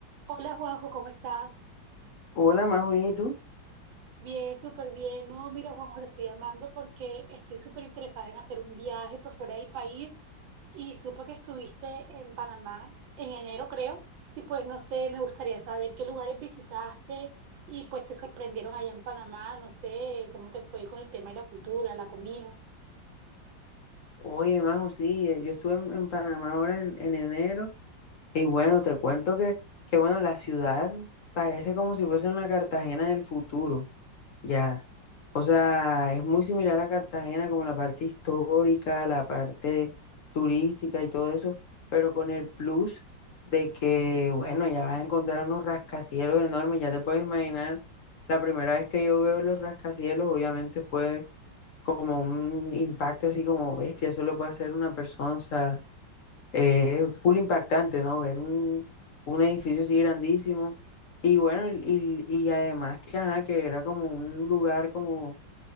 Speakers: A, on the right; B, on the left.
A: Hola Juanjo, ¿cómo estás?
B: Hola, Majo, ¿y tú?
A: Bien, súper bien. No, mira Juanjo, te estoy llamando porque estoy súper interesada en hacer un viaje por fuera del país y supe que estuviste en Panamá en enero, creo. Y pues no sé, me gustaría saber qué lugares visitaste y pues te sorprendieron allá en Panamá. No sé cómo te fue con el tema de la cultura, la comida.
B: Oye, Majo, sí, eh, yo estuve en, en Panamá ahora en, en enero y bueno, te cuento que, que bueno, la ciudad parece como si fuese una Cartagena del futuro, ya. O sea, es muy similar a Cartagena como la parte histórica, la parte turística y todo eso, pero con el plus de que, bueno, ya vas a encontrar unos rascacielos enormes, ya te puedes imaginar, la primera vez que yo veo los rascacielos, obviamente fue como un impacto así como bestia, eso lo puede hacer una persona, o sea, eh, es full impactante, ¿no? Ver un, un edificio así grandísimo. Y bueno, y, y- y además que, ajá, que era como un lugar como